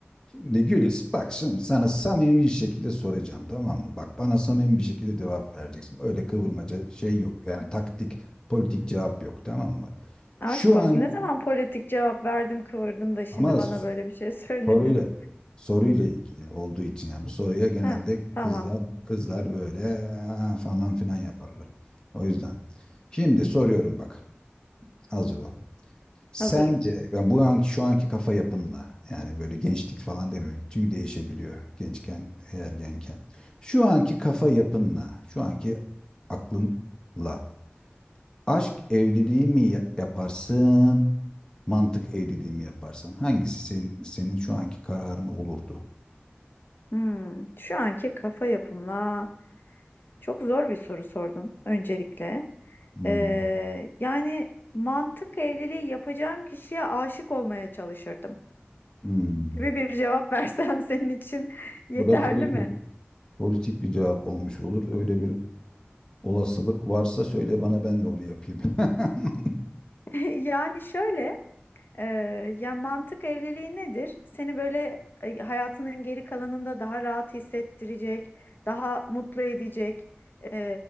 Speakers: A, on the left (about 20°); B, on the left (about 55°).
A: Şimdi Gülis bak şimdi sana samimi bir şekilde soracağım tamam mı? Bak bana samimi bir şekilde cevap vereceksin. Öyle kıvırmaca şey yok. Yani taktik, politik cevap yok tamam mı?
B: Aşk
A: Şu an
B: olsun. Ne zaman politik cevap verdim kıvırdım da şimdi
A: ama
B: bana böyle bir şey <laughs> söyledin.
A: soruyla soruyla ilgili olduğu için yani bu soruya genelde
B: Heh, tamam.
A: kızlar kızlar böyle "Aa," falan filan yaparlar. O yüzden şimdi soruyorum bak. Hazır ol. Sence
B: Hazırım.
A: yani bu anki şu anki kafa yapınla yani böyle gençlik falan demiyorum. Çünkü değişebiliyor gençken, ergenken. Şu anki kafa yapınla, şu anki aklınla aşk evliliği mi ya- yaparsın, mantık evliliği mi yaparsın? Hangisi senin, senin şu anki kararın olurdu?
B: Hmm, şu anki kafa yapımla çok zor bir soru sordun öncelikle.
A: Hmm,
B: Ee, yani mantık evliliği yapacağım kişiye aşık olmaya çalışırdım
A: hmm.
B: gibi bir cevap versem <laughs> senin için yeterli
A: Bu da politik
B: mi?
A: politik bir cevap olmuş olur. Öyle bir olasılık varsa söyle bana ben de onu yapayım. <laughs>
B: <laughs> Yani şöyle Ee, ya mantık evliliği nedir? Seni böyle e, hayatının geri kalanında daha rahat hissettirecek, daha mutlu edecek. e,